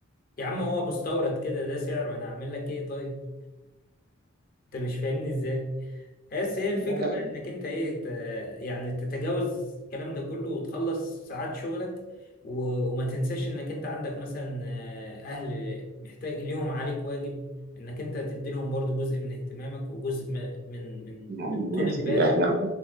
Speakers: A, on the left; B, on the right.
A: يا عم هو مستورد كده ده سعره انا اعمل لك ايه طيب انت مش فاهمني ازاي بس هي الفكرة
B: لا لا
A: بقى انك انت ايه ت- يعني تتجاوز الكلام ده كله وتخلص ساعات شغلك و... وما تنساش انك انت عندك مثلا آه، اهل محتاج ليهم عليك واجب انك انت تديلهم برضو جزء من اهتمامك وجزء م- من من
B: يا عم
A: من
B: ماشي
A: طول بالك
B: احنا